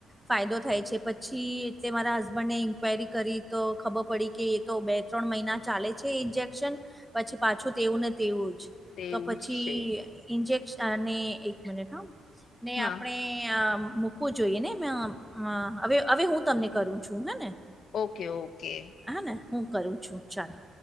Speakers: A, in the centre; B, on the left (about 65°).
A: ફાયદો થાય છે પછી એટલે મારા હસબન્ડને ઇન્ક્વાયરી કરી તો ખબર પડી કે તો બે ત્રણ મહિના ચાલે છે ઇન્જેક્શન. પછી પાછું તેવું ને તેવું જ
B: તેવું
A: તો પછી
B: જ છે
A: ઇન્જેક્શ અને એક મિનિટ હા અને
B: હા
A: આપણે મુ મૂકવું જોઈએ ને મે હવે હવે હું તમને કરું છું હે ને.
B: Okay okay.
A: હા ને હું કરું છું ચાલો.